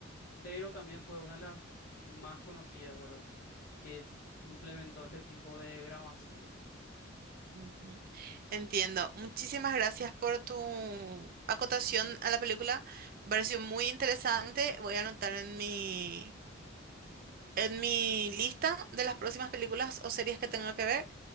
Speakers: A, on the left; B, on the right.
A: pero también fue una de las más conocidas, ¿verdad? Que implementó este tipo de grabación.
B: Ujú. Entiendo. Muchísimas gracias por tu acotación a la película. Me pareció muy interesante. Voy a anotar en mi, en mi lista de las próximas películas o series que tengo que ver.